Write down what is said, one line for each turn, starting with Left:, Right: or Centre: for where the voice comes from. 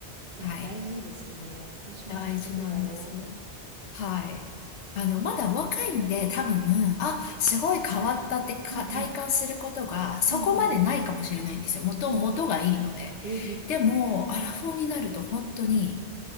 Right: いや、
Left: はい。
Right: 大事ですね。私もちゃんとやろ
Left: 大事なんです。はい。あの、まだ若いんで、多分、あ、すごい変わったってか体感することが、
Right: う。うんうん。
Left: そこまでないかもしれないんですよ。
Right: うんうん。
Left: 元、
Right: うんうんうん。
Left: 元がいいので。
Right: <laughs> いやいや
Left: でも、アラフォーになると本当に
Right: うんうん。